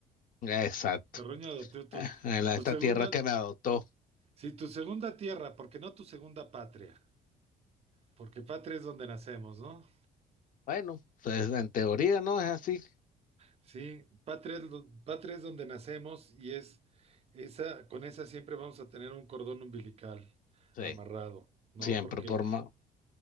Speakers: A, on the left (about 55°); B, on the right (about 35°).
A: Exacto.
B: terruño adoptivo, tus-
A: <laughs> En la-
B: tu,
A: esta
B: segunda,
A: tierra que me adoptó.
B: sí, tu segunda tierra, porque no tu segunda patria, porque patria es donde nacemos, ¿no?
A: Bueno, pues, en teoría no es así.
B: Sí, patria es, do- patria es donde nacemos y es esa, con esa siempre vamos a tener un cordón umbilical
A: Sí,
B: amarrado, ¿no?
A: siempre
B: Porque
A: por más.